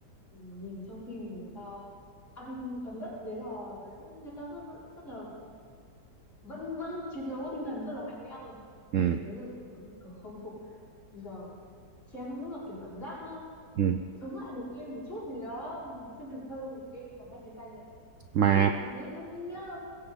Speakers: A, on the left; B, on the right.
A: ừ, nhìn trong phim người ta ăn toàn đất đấy là cái- người ta rất, rất là vẫn vẫn chiến đấu tinh thần rất là mạnh mẽ rồi
B: ừ.
A: giờ thấy rất là kiểu đúng kiểu không phục bây giờ xem lúc là kiểu cảm giác
B: ừ.
A: chống lại được cái một chút gì đó chân thực hơn một cái khoảng cách chiến tranh đấy
B: mà
A: phim cảm thấy đúng ý nghĩa luôn